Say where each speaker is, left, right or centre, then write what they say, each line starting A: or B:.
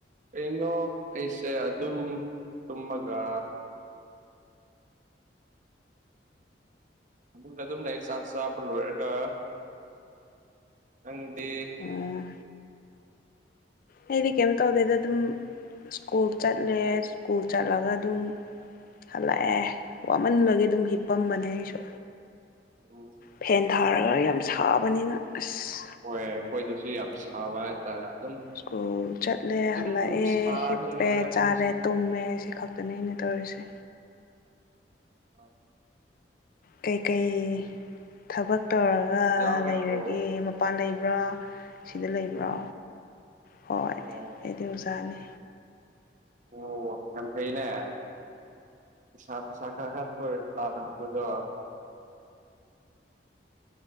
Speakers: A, on the right; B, on the left.
A: ꯀꯩꯅꯣ ꯑꯩꯁꯦ ꯑꯗꯨꯝ ꯇꯨꯝꯃꯒꯥ ꯐꯃꯨꯡꯗ ꯑꯗꯨꯝ ꯂꯩꯌꯦ ꯆꯥꯛ ꯆꯥꯕ ꯂꯣꯏꯔꯒ ꯅꯪꯗꯤ
B: ꯎꯝ ꯑꯩꯗꯤ ꯀ꯭ꯌꯝ ꯇꯧꯗꯦꯗ ꯑꯗꯨꯝ ꯁ꯭ꯀꯨꯜ ꯆꯠꯂꯦ
A: ꯎꯝ
B: ꯁ꯭ꯀꯨꯨꯜ ꯆꯠꯂꯒ ꯑꯗꯨꯝ ꯍꯜꯂꯛꯑꯦ ꯋꯥꯃꯟꯕꯒꯤ ꯑꯗꯨꯝ ꯍꯤꯞꯄꯝꯕꯅꯦ ꯑꯩꯁꯨ
A: ꯎꯝ
B: ꯐꯦꯟ ꯊꯥꯔꯒ ꯌꯥꯝ ꯁꯥꯕꯅꯤꯅ ꯑꯁ
A: ꯍꯣꯏ ꯑꯈꯣꯏꯗꯁꯨ ꯌꯥꯝ ꯁꯥꯕ ꯍꯥꯏꯇꯥꯔꯦ ꯑꯗꯨꯝ
B: ꯁ꯭ꯀꯨꯜ ꯆꯠꯂꯦ
A: ꯑꯗꯨꯝ
B: ꯍꯜꯂꯛꯑꯦ
A: ꯁꯥꯔ
B: ꯍꯤꯞꯄꯦ
A: ꯂꯩꯔꯦꯗ ꯑꯩꯈꯣꯏꯁꯦ
B: ꯆꯥꯔꯦ ꯇꯨꯝꯃꯦ ꯁꯤ ꯈꯛꯇꯅꯦ ꯑꯩꯅ ꯇꯧꯔꯤꯁꯦ
A: ꯑꯥ
B: ꯀꯩꯀꯩ ꯊꯕꯛ ꯇꯧꯔꯒ
A: ꯌꯥꯎꯋꯦ
B: ꯂꯩꯔꯒꯦ
A: ꯕ꯭ꯔꯣ
B: ꯃꯄꯥꯟ ꯂꯩ ꯔꯥ ꯁꯤꯗ ꯂꯩꯕ꯭ꯔꯣ ꯍꯣꯏ
A: ꯑꯣ
B: ꯑꯩꯗꯤ ꯑꯣꯖꯥꯅꯤ
A: ꯑꯣ ꯌꯥꯝ ꯐꯩꯅꯦ ꯅꯤꯁꯥ ꯄꯁꯥ ꯈꯔ ꯈꯔ ꯇꯣꯢꯅ ꯆꯥꯗꯕ ꯈꯣꯢꯗꯣ <inaudible>